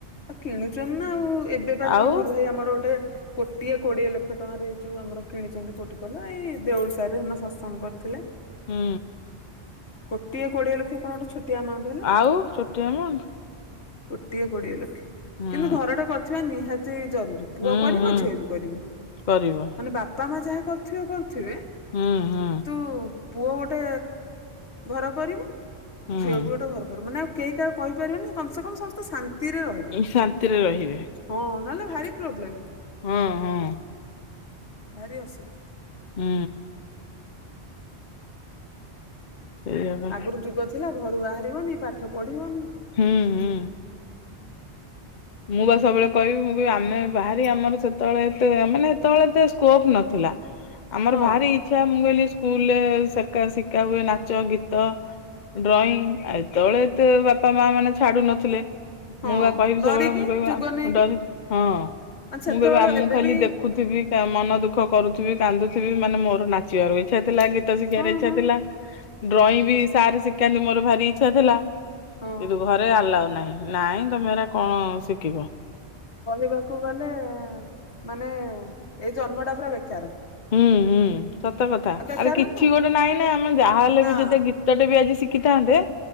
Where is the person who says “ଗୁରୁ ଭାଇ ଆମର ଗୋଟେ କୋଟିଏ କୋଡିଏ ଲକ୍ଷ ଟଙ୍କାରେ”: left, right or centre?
Left